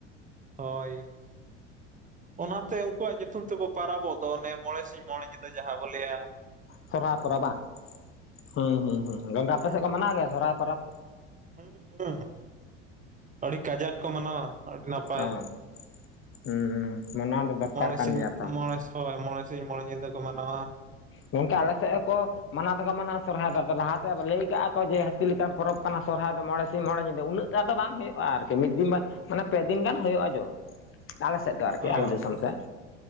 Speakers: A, on the right; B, on the left.
A: ᱦᱳᱭ᱾ ᱚᱱᱟᱛᱮ ᱩᱱᱠᱩᱣᱟᱜ ᱧᱩᱛᱩᱢ ᱛᱮᱵᱚ ᱯᱟᱨᱟᱵᱚᱜ ᱫᱚ ᱚᱱᱮ ᱢᱚᱬᱮ ᱥᱤᱸᱧ ᱢᱚᱬᱮ ᱧᱤᱫᱟᱹ ᱡᱟᱦᱟᱸ ᱵᱚ ᱞᱟᱹᱭᱟ ᱼᱼ
B: ᱥᱚᱨᱦᱟᱭ ᱯᱚᱨᱚᱵᱽ ᱵᱟ ᱦᱩᱸᱦᱩᱸ ᱦᱩᱸ ᱟᱯᱮ ᱥᱮᱫ ᱠᱚ ᱢᱟᱱᱟᱣ ᱜᱮᱭᱟ ᱥᱚᱨᱦᱟᱭ ᱯᱟᱨᱚᱵᱽ?
A: ᱦᱩᱸ ᱦᱩᱸ ᱟᱹᱰᱤ ᱠᱟᱡᱟᱠ ᱠᱚ ᱢᱟᱱᱟᱣᱟ ᱟᱹᱰᱤ ᱱᱟᱯᱟᱭ
B: ᱚᱸ
A: ᱾
B: ᱦᱩᱸ ᱢᱟᱱᱟᱣ ᱫᱚ ᱫᱚᱨᱠᱟᱨ
A: ᱢᱚᱬᱮ
B: ᱠᱟᱱ
A: ᱥᱤᱧ
B: ᱜᱮᱭᱟ ᱛᱚ ᱾
A: ᱢᱚᱬᱮ ᱦᱳᱭ ᱢᱚᱬᱮ ᱥᱤᱸᱧ ᱢᱚᱬᱮ ᱧᱤᱫᱟᱹ ᱠᱚ ᱢᱟᱱᱟᱣᱟ ᱾
B: ᱜᱚᱢᱠᱮ ᱟᱞᱮ ᱥᱮᱫ ᱦᱚᱸ ᱠᱚ ᱼᱼ ᱢᱟᱱᱟᱣ ᱫᱚᱠᱚ ᱢᱟᱱᱟᱣᱟ ᱥᱚᱨᱦᱟᱭ ᱟᱫᱚ ᱞᱟᱦᱟ ᱛᱮ ᱞᱟᱹᱭ ᱠᱟᱜ-ᱟ ᱠᱚ ᱡᱮ, ᱦᱟᱹᱛᱤ ᱞᱮᱠᱟᱱ ᱯᱚᱨᱚᱵᱽ ᱠᱟᱱᱟ ᱥᱚᱨᱦᱟᱭ ᱫᱚ ᱢᱚᱬᱮ ᱼᱼ ᱥᱤᱧ ᱢᱚᱬᱮ ᱧᱤᱫᱟᱹ ᱩᱱᱟᱹᱜ ᱜᱟᱱ ᱫᱚ ᱵᱟᱝ ᱦᱩᱭᱩᱜ-ᱟ ᱟᱨᱠᱤ ᱢᱤᱫ ᱫᱤᱱ ᱢᱟᱱᱮ ᱯᱮ ᱫᱤᱱ ᱜᱟᱱ ᱦᱩᱭᱩᱜ-ᱟ ᱡᱳᱨ ᱾ ᱟᱞᱮ ᱥᱮᱫ ᱫᱚ ᱟᱨᱠᱤ
A: ᱚ
B: ᱟᱞᱮ ᱫᱤᱥᱚᱢ ᱥᱮᱫ